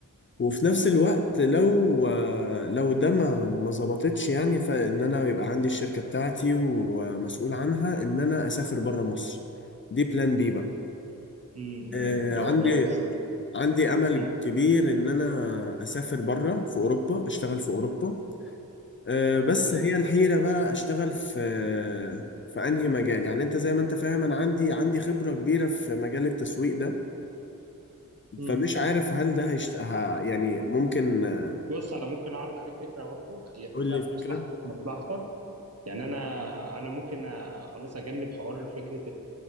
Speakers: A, on the left; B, on the right.
A: وفي نفس الوقت لو لو ده ما ما ظبطتش يعني فإن أنا يبقى عندي الشركة بتاعتي ومسؤول عنها إن أنا أسافر بره مصر دي بلان بي بقى
B: امم
A: آه،
B: لا
A: عندي
B: والله جميل
A: عندي أمل
B: مم.
A: كبير إن أنا أسافر بره في أوروبا أشتغل في أوروبا آه، بس
B: تمام
A: هي الحيرة بقى أشتغل في في أنهي مجال يعني أنت زي ما أنت فاهم أنا عندي عندي خبرة كبيرة في مجال التسويق ده
B: مم.
A: فمش عارف هل ده هيشت... ه... يعني ممكن آه،
B: بص انا ممكن اعرض عليك فكره برضه هي فكره
A: قول لي
B: في
A: فكرة
B: مصلحتك وفي مصلحتك يعني انا انا ممكن أ- خلاص اجنب حوار فكره